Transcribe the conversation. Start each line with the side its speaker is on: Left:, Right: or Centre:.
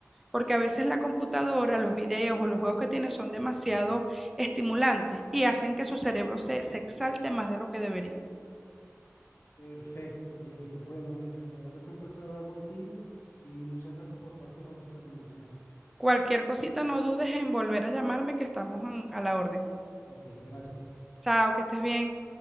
Centre: porque a veces la computadora, los videos o los juegos que tiene son demasiado estimulantes y hacen que su cerebro se, se exalte más de lo que debería.
Left: Perfecto, Jennifer. Bueno, mira, de verdad que fue un placer hablar contigo y muchas gracias por todas tus re- recomendaciones.
Centre: Cualquier cosita, no dudes en volver a llamarme que estamos en- a la orden.
Left: Ok, gracias.
Centre: Chao, que estés bien.